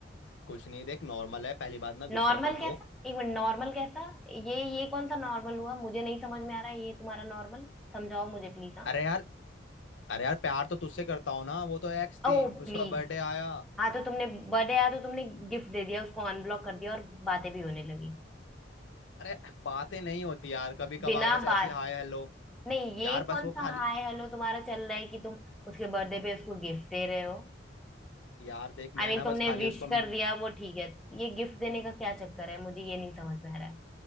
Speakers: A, on the left (about 85°); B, in the centre.
A: कुछ नहीं देख नॉर्मल है पहली बात ना
B: नॉर्मल
A: गुस्सा मत
B: कैसा
A: हो
B: एक मिनट नॉर्मल कैसा ये ये कौन सा नॉर्मल हुआ मुझे नहीं समझ में आ रहा है ये तुम्हारा नॉर्मल समझाओ मुझे प्लीज हाँ
A: अरे यार अरे यार प्यार तो तुझसे करता हूँ ना वो तो एक्स थी
B: ओ
A: उसका
B: प्लीज
A: बर्थडे आया
B: हाँ तो तुमने बर्थडे आया तो तुमने गिफ्ट दे दिया उसको अनब्लॉक कर दिया और बातें भी होने लगी
A: अरे बातें नहीं होती यार कभी कभार
B: बिना
A: बस
B: बात
A: ऐसी हाय हेलो
B: नहीं ये
A: यार
B: कौन
A: बस वो
B: सा
A: खाली
B: हाय हेलो तुम्हारा चल रहा है कि तुम उसके बर्थडे पे उसको गिफ्ट दे रहे हो
A: यार देख
B: आई
A: मैं
B: I मीन
A: ना
B: mean, तुमने
A: बस खाली
B: विश
A: उसको
B: कर दिया वो ठीक है ये गिफ्ट देने का क्या चक्कर है मुझे ये नहीं समझ में आ रहा है